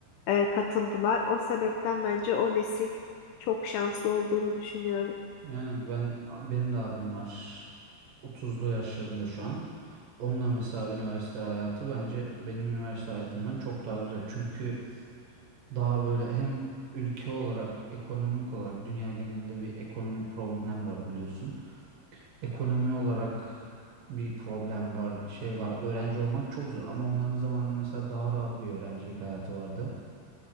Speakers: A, on the left; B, on the right.
A: e, katıldılar. O sebepten bence o nesil çok şanslı olduğunu düşünüyorum.
B: Yani ben benim de abim var. 30'lu yaşlarında şu an. Onunla mesela üniversite hayatı bence benim üniversite hayatımdan çok daha güzel. Çünkü daha böyle hem ülke olarak, ekonomik olarak dünya genelinde bir ekonomik problem var biliyorsun. Ekonomi olarak bir problem var, şey var. Öğrenci olmak çok zor ama onların zamanında mesela daha rahat bir öğrencilik hayatı vardı.